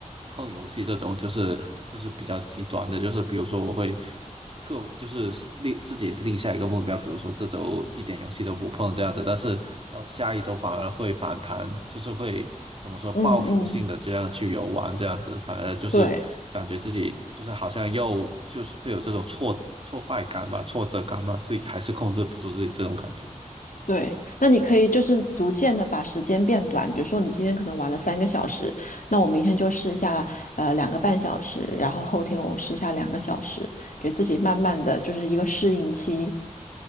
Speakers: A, on the right (about 45°); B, on the left (about 85°).
A: 碰游戏这种，就是就是比较极端的，就是比如说我会刻，就是立自己定下一个目标，比如说这周一点游戏都不碰这样子，但是到下一周反而会反弹，就是会怎么说报复性的这样去游玩这样子，
B: 嗯嗯，
A: 反而就是感觉自己就是好像又就是会有这种挫挫败感吧，
B: 对
A: 挫折感吧，自己还是控制不住自己这种感觉。
B: 对，那你可以就是逐渐的把时间变短，比如说你今天可能玩了三个小时，那我明天就试一下呃两个半小时，然后后天我试一下两个小时，给自己慢慢的就是一个适应期。